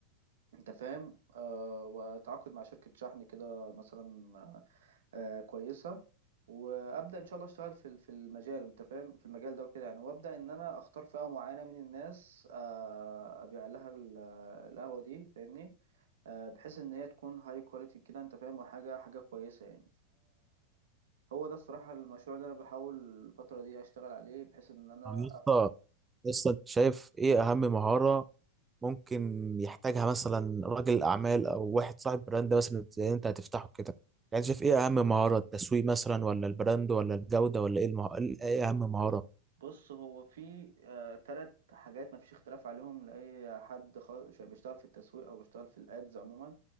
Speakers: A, on the right; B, on the right.
A: انت فاهم آه واتعاقد مع شركه شحن كده مثلا آه كويسه وابدا ان شاء الله اشتغل في في المجال انت فاهم في المجال ده وكده يعني وابدا ان انا اختار فئه معينه من الناس آه ابيع لها ال- القهوه دي فاهمني آه بحيث ان هي تكون هاي كواليتي كده انت فاهم وحاجه حاجه كويسه يعني هو ده الصراحة المشروع اللي أنا بحاول الفترة دي أشتغل عليه بحيث إن أنا
B: طب يا اسطى
A: أ-
B: يا اسطى انت شايف ايه اهم مهاره ممكن يحتاجها مثلا راجل اعمال او واحد صاحب براند مثلا زي انت هتفتحه كده يعني شايف ايه اهم مهاره التسويق مثلا ولا البراند ولا الجوده ولا ايه المه... ايه اهم مهاره
A: بص هو في آه، تلات حاجات مفيش اختلاف عليهم لأي حد خ- ش- بيشتغل في التسويق أو بيشتغل في الأدز عموما